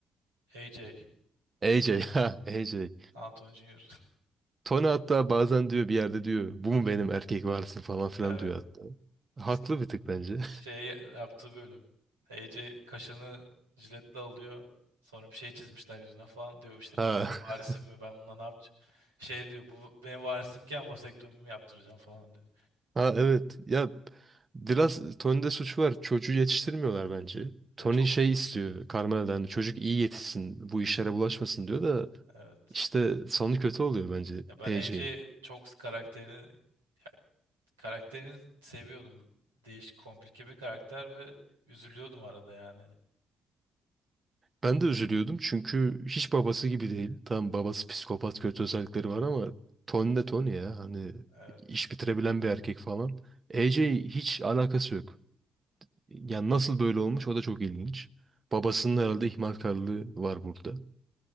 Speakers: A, on the right; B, on the right.
A: AJ
B: AJ ha AJ.
A: Anthony Jr. <laughs>
B: Tony hatta bazen diyor bir yerde diyor bu mu benim erkek varisim falan filan
A: Evet
B: diyor hatta. Haklı
A: işte
B: bir tık bence.
A: şey yaptığı bölüm AJ kaşını jiletle alıyor sonra bir şey çizmişler yüzüne falan diyor işte
B: <laughs>
A: bu benim
B: Ha.
A: varisim mi ben bundan ne yapacağım. Şey diyor bu benim varisimken vasektomimi yaptıracağım falan diyor.
B: Ha evet. Ya biraz Tony'de suç var. Çocuğu yetiştirmiyorlar bence.
A: Ya
B: Tony
A: çok
B: şey istiyor Carmela'dan. Çocuk iyi yetişsin. Bu işlere bulaşmasın diyor da
A: evet.
B: işte sonu kötü oluyor bence
A: Ya ben
B: AJ'in.
A: Ece çok karakterini ya karakterini seviyordum. Değişik, komplike bir karakter ve üzülüyordum arada yani.
B: Ben de üzülüyordum çünkü hiç babası gibi değil. Tamam babası psikopat kötü özellikleri var ama Tony de Tony ya. Hani
A: Evet.
B: iş bitirebilen bir erkek falan. AJ hiç alakası yok. Yani nasıl böyle olmuş o da çok ilginç. Babasının herhalde ihmalkarlığı var burada.